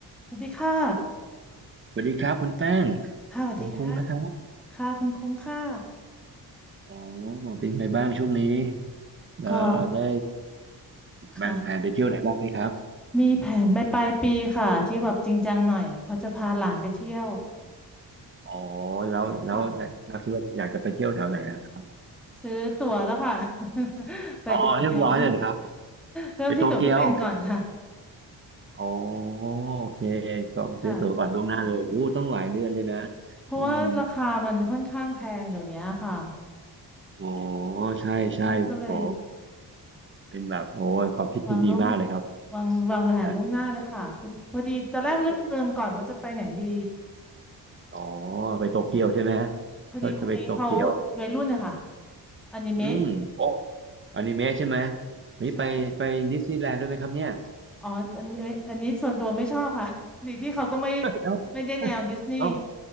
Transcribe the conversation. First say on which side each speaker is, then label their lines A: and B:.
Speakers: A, in the centre; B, on the right.
A: สวัสดีค่ะ
B: สวัสดีครับคุณแป้ง
A: ค่ะสวัสดีค่ะ
B: ผมคุ้งนะครับ
A: ค่ะคุณคุ้งค่ะ
B: อ๋อเป็นไงบ้างช่วงนี้เอ่อได้
A: ก็ค่ะ
B: วางแผนไปเที่ยวไหนบ้างไหมครับ
A: มีแผนไปปลายปีค่ะที่แบบจริงจังหน่อยเพราะจะพาหลานไปเที่ยว
B: อ๋อ แล้วแล้วเราคิดว่าอยากจะไปเที่ยวแถวไหนอะ
A: ค่ะซื้อตั๋วแล้วค่ะ <laughs> ไปโตเกียวค่ะ
B: อ๋อเรียบร้อยเลยนะครับ
A: เริ่มที่ตั๋วเครื่องบินก่อนค่ะ
B: ไปโตเกียวอ๋อโอเคจองซื้อตั๋วก่อนล่วงหน้าเลยโอ้โหต้องหลายเดือนเลยนะ
A: ค่ะเพราะว่าราคามันค่อนข้างแพงเดี๋ยวนี้ค่ะ
B: อืมอ๋อใช่ใช่โอ้
A: ก็ก็เลย
B: เป็นแบบโอ้ยความคิดที่ดีมากเลยครับ
A: วางล่วงวางวางแผนล่วงหน้าเลยค่ะพอพอดีตอนแรกเลือกเมืองก่อนว่าจะไปไหนดี
B: ใช่โอ้โหอ๋อไปโตเกียวใช่ไหมฮะ
A: พอดีคนนี้เขา
B: ก็จะไปโตเกียว
A: วัยรุ่นนะคะอนิเมะ
B: อืมโอ้อนิเมะใช่ไหมนี่ไปไปดิสนีย์แลนด์ด้วยไหมครับเนี่ย
A: ใช่อ๋ออันนี้ไม่อันนี้ส่วนตัวไม่ชอบค่ะ <laughs> ดีที่เขาก็ไม่
B: เอ้า
A: ไม่ได้แนวดิสนีย์
B: เอ้า